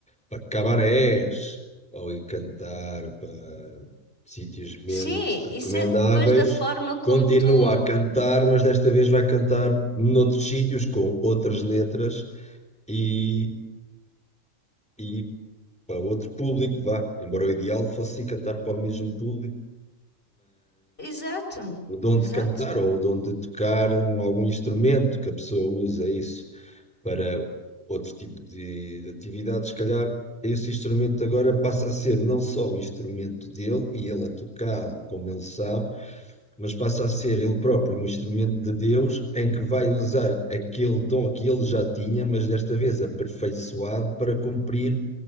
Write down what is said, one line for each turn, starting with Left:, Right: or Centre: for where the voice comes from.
Centre: para cabarés ou ir cantar para sítios menos
Left: Sim,
Centre: recomendáveis,
Left: isso é depois da forma como
Centre: continua
Left: tu.
Centre: a cantar, mas desta vez vai cantar noutros sítios com outras letras e, e para outro público, vá. Embora o ideal fosse ir cantar para o mesmo público,
Left: Exato,
Centre: o dom
Left: exato,
Centre: de cantar ou o dom de tocar um- algum instrumento que a pessoa usa isso para outro tipo de, de atividade, se calhar esse instrumento agora passa a ser não só o instrumento dele e ele a tocá-lo como ele sabe, mas passa a ser ele próprio um instrumento de Deus em que vai usar aquele dom que ele já tinha, mas desta vez aperfeiçoado para cumprir